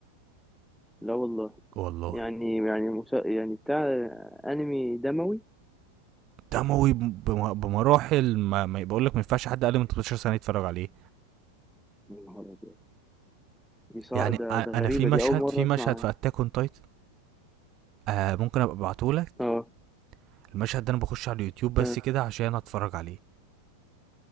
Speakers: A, in the centre; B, on the right.
A: لا والله
B: والله
A: يعني يعني مسا... يعني بتاع انمي دموي
B: دموي بم- بمراحل ما, ما بقول لك ما ينفعش حد اقل من 18 سنه يتفرج عليه
A: يا نهار أبيض. دي صع...
B: يعني أ-
A: ده
B: انا
A: ده غريبة
B: في مشهد
A: دي أول مرة
B: في مشهد
A: أسمع عنها
B: في اتاك اون تايتن آه ممكن ابقى ابعتهولك
A: اه
B: المشهد ده انا بخش على اليوتيوب بس
A: آه.
B: كده عشان اتفرج عليه